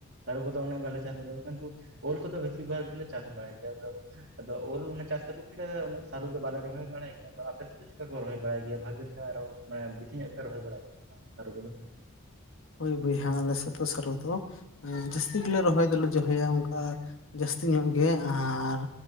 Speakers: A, on the right (about 50°); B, on the left (about 65°).
A: ᱥᱟᱲᱩ ᱠᱚᱫᱚ ᱩᱱᱟᱹᱜ ᱵᱟᱞᱮ ᱪᱟᱥ ᱨᱮᱦᱚᱸ ᱠᱤᱱᱛᱩ ᱳᱞ ᱠᱚ ᱫᱚ ᱵᱮᱥᱤᱨ ᱵᱷᱟᱜᱽ ᱜᱮᱞᱮ ᱪᱟᱥ ᱵᱟᱲᱟᱭ ᱜᱮᱭᱟ, ᱟᱫᱚᱼᱼ ᱟᱫᱚ ᱳᱞ ᱚᱱᱟ ᱪᱟᱥ ᱠᱷᱟᱹᱛᱤᱨ ᱛᱮᱜᱮ ᱚᱱᱮ ᱥᱟᱨᱩ ᱫᱚ ᱵᱟᱞᱮ ᱨᱚᱦᱚᱭ ᱵᱟᱲᱟᱭ ᱜᱮᱭᱟ, ᱟᱫᱚ ᱟᱯᱮ ᱥᱮᱡᱼᱼ ᱪᱮᱜ ᱠᱟ ᱠᱚ ᱨᱚᱦᱚᱭ ᱵᱟᱲᱟᱭ ᱜᱮᱭᱟ ᱵᱷᱟᱜᱤ ᱯᱮ ᱟᱨᱚ ᱢᱟᱱᱮ ᱵᱤᱥᱤ ᱧᱚᱜ ᱯᱮ ᱨᱚᱦᱚᱭ ᱵᱟᱲᱟᱭᱟ ᱥᱮ ᱵᱟᱝ ᱥᱟᱨᱩ ᱠᱚᱫᱚ?
B: ᱦᱳᱭ ᱵᱩᱭᱦᱟ ᱟᱞᱮ ᱥᱮᱜ ᱫᱚ ᱥᱟᱹᱨᱩ ᱫᱚ ᱮᱸᱻ ᱡᱟᱹᱥᱛᱤ ᱜᱤᱞᱮ ᱨᱚᱦᱚᱭᱼᱼ ᱫᱚᱞᱮ ᱡᱚᱦᱚᱭᱟ ᱚᱱᱠᱟ ᱡᱟᱹᱥᱛᱤ ᱧᱚᱜ ᱜᱮ ᱟᱨ